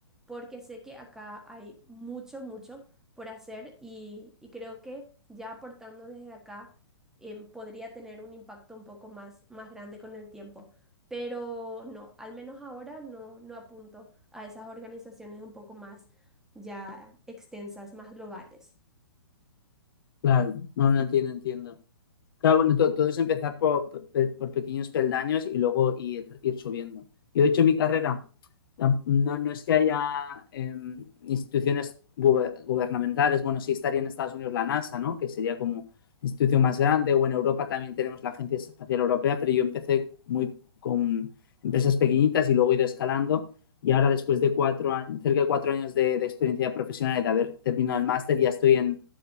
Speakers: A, in the centre; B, on the left.
A: porque sé que acá hay mucho, mucho por hacer y, y creo que ya aportando desde acá em, podría tener un impacto un poco más, más grande con el tiempo. Pero no, al menos ahora no, no apunto a esas organizaciones un poco más ya extensas, más globales.
B: Claro, no, no entiendo, entiendo. Claro, bueno, to- todo, es empezar por, por- por pequeños peldaños y luego ir, ir subiendo. Yo he hecho mi carrera no, no es que haya eh, instituciones gubernamentales, bueno, sí estaría en Estados Unidos la NASA, ¿no? Que sería como institución más grande, o en Europa también tenemos la Agencia Espacial Europea, pero yo empecé muy con empresas pequeñitas y luego he ido escalando y ahora después de cuatro años, cerca de cuatro años de, de, experiencia profesional y de haber terminado el máster, ya estoy en,